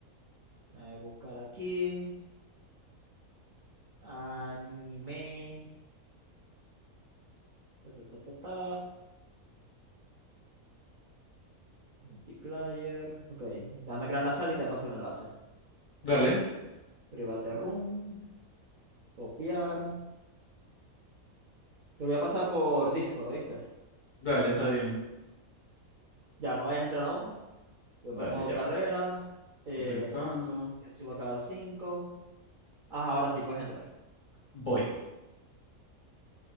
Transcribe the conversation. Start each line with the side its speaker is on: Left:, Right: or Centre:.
Right: Voy A buscar aquí. Anime. Ta, ta, ta, ta, ta. Multiplayer. Ok. Dame crear la sala y te paso el enlace.
Left: Dale,
Right: Private room. Copiar. Te lo voy a pasar por Discord, ¿oíste?
Left: dale, está bien.
Right: Ya, no vayas a entrar aún. Voy
Left: Dale,
Right: a poner modo
Left: ya
Right: carrera.
Left: va.
Right: Eh,
Left: Lo estoy buscando.
Right: que suba cada cinco. Ajá, ahora sí puedes entrar.
Left: Voy.